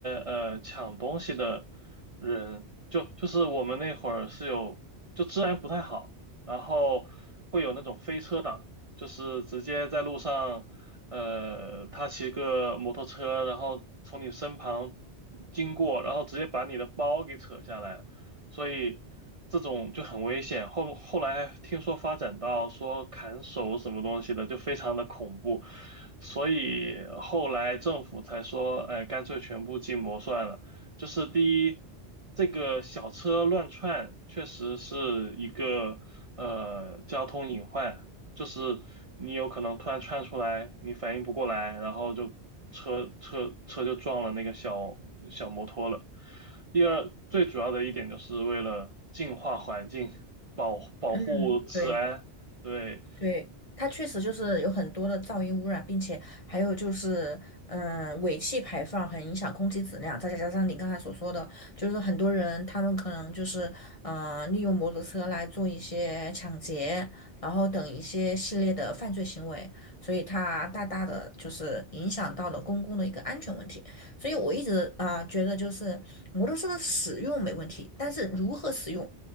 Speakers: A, on the right (about 35°); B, on the left (about 35°).
A: 呃抢东西的人，就就是我们那会儿是有，就治安不太好，然后会有那种飞车党。就是直接在路上呃，他骑个摩托车，然后从你身旁经过，然后直接把你的包给扯下来了，所以这种就很危险。后后来还听说发展到说砍手什么东西的，就非常的恐怖，所以后来政府才说，哎，干脆全部禁摩算了。就是第一，这个小车乱窜确实是一个呃交通隐患。就是你有可能突然窜出来，你反应不过来，然后就车车车就撞了那个小小摩托了。第二，最主要的一点就是为了净化环境，保保护治安，
B: 嗯，对。
A: 对。
B: 对，它确实就是有很多的噪音污染，
A: 嗯，
B: 并且还有就是，嗯，尾气排放很影响空气质量。再加上你刚才所说的，就是很多人他们可能就是，嗯、利用摩托车来做一些抢劫，然后等一些系列的犯罪行为，所以它大大的就是影响到了公共的一个安全问题。所以我一直啊、觉得，就是摩托车的使用没问题，但是如何使用，